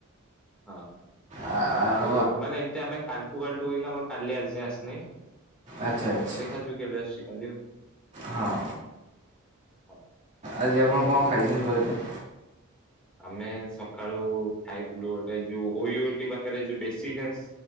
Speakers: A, in the centre; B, on the right.
A: ହଁ
B: ଆ-
A: କାଲିଠୁ
B: ଆଉ
A: ମାନେ ଏମତି ଆମେ କାଲିଠୁ କାଲିଠୁ କହିକି ଆମର କାଲି ଆଜି ଯାଏ ଆସିନି।
B: ଆଚ୍ଛା ଆଚ୍ଛା
A: ଦେଖାଯାଉ କେବେ ଆସୁଚି କାଲି ଆଉ।
B: ହଁ।
A: ହଁ
B: ଆଜି ଆପଣ
A: ଆଉ
B: କଣ ଖାଇଛନ୍ତି କହିଲେ?
A: ଆମେ ସକାଳୁ ଖାଇଥିଲୁ ଗୋଟେ ଓ ଇଉ ଟି ପାଖରେ ଯୋ ବେଶୀ ଖା